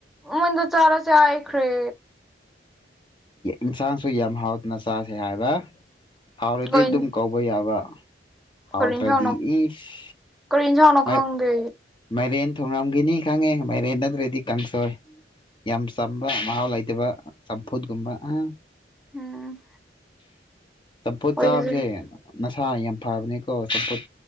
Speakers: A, in the centre; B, on the left.
A: ꯃꯣꯏꯗ ꯆꯔꯥ ꯆꯩꯦ ꯑꯈ ꯔꯦ
B: ꯏꯟꯁꯥꯡꯁꯨ ꯌꯥꯝ ꯍꯥꯎꯗꯅ ꯆꯥꯁꯦ ꯍꯥꯏꯕ ꯍꯥꯎꯔꯗꯤ
A: ꯀꯩ
B: ꯑꯗꯨꯝ ꯀꯧꯕ ꯌꯥꯕ ꯍꯥꯎꯗ꯭ꯔꯗꯤ
A: ꯀꯔꯤ ꯏꯟꯁꯥꯡꯅꯣ
B: ꯏꯁ
A: ꯀꯔꯤ ꯏꯟꯁꯥꯡꯅꯣ ꯈꯪꯗꯦ
B: ꯃꯥꯏ ꯃꯥꯏꯔꯦꯟ ꯊꯣꯉꯝꯒꯤꯅꯤ ꯈꯪꯉꯦ ꯃꯥꯏꯔꯦꯟ ꯅꯠꯇ꯭ꯔꯗꯤ ꯀꯥꯡꯁꯣꯏ ꯌꯥꯝ ꯆꯝꯕ ꯃꯍꯥꯎ ꯂꯩꯇꯕ ꯆꯝꯐꯨꯠꯒꯨꯝꯕ ꯑ
A: ꯎꯝ
B: ꯆꯝꯐꯨꯠ
A: ꯑꯣꯏꯖꯔꯦ
B: ꯆꯥꯕꯁꯦ ꯅꯁꯥ ꯌꯥꯝ ꯐꯕꯅꯤꯀꯣ ꯆꯝꯐꯨꯠ